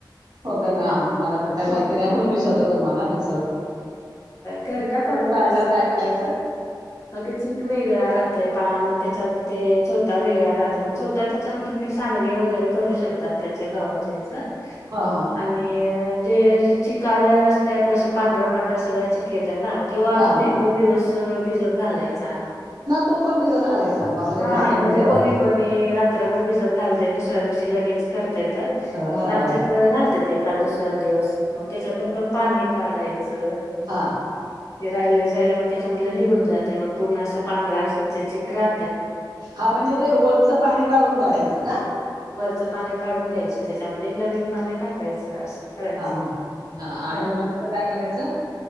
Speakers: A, on the right; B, on the left.
A: हो का
B: ते
A: नाही
B: हां.
A: मला तर काय माहिती नाही म्हणून विचारलं तुम्हाला मी
B: करतात वाटत
A: काढल्यावर काय करायचं
B: मग ते चीक वेगळा राहतय पा मग त्याच्यात ते चोथा वेगळा राहत मग चोथ त्यामुळे तुम्ही सांडगे वगैरे करू शकतात त्याचे गव्हाचे आहेत ते
A: हा हा
B: आणि जे चेक आलेला असता यात पांढरा पांढरा सगळा चिक येते ना तो अजून
A: हा हा
B: एक दोन दिवस भिजत घालायचा
A: तो पण भिजत घालायचा बापरे
B: हा
A: जाम मेहनत
B: म्हणजे
A: आहे हो
B: कोणी कोणी रात्रभर भिजत घालते दुसऱ्या दिवशी लगेच करते
A: हा हा
B: पण
A: हा
B: आमच्यात
A: हा.
B: घालतेत एकाच दुसरा दिवस मग त्याच्यातून पण पाणी काढायचं
A: हा
B: ते राहिलेलं मग तेच्या मधल निघून जातय मग पूर्ण आस पांढरा आस ते चिख रा
A: हा म्हणजे ते वरचं पाणी गाळून काढायचं का?
B: च पानी काढून द्यायच तेच्यामध्ये नवीन पाणी टाकायचं आसं करायच
A: हा हा आणि
B: हा
A: मग नंतर काय करायचं